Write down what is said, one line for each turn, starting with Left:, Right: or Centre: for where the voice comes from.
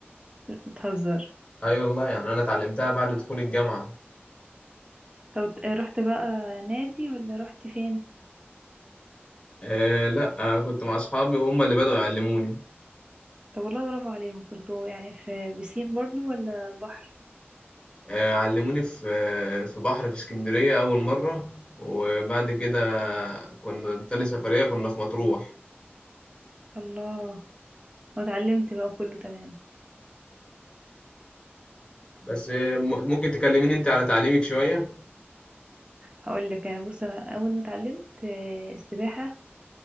Right: بتهزر
Left: اي والله يعني انا اتعلمتها بعد دخول الجامعه
Right: طب ت- آه، رحت بقى نادي ولا رحت فين
Left: أه لا أه كنت مع اصحابي هم اللي بدأوا يعلموني
Right: طب والله برافو عليهم برضو يعني في بسين برضو ولا بحر
Left: أه علموني في آه، في بحر في اسكندريه اول مره وبعد كده كنا تاني سفريه كنا في مطروح
Right: الله واتعلمت بقى كله تمام
Left: بس آه، م- ممكن تكلميني انت على تعليمك شويه
Right: هقول لك انا بص انا اول ما اتعلمت آه، السباحه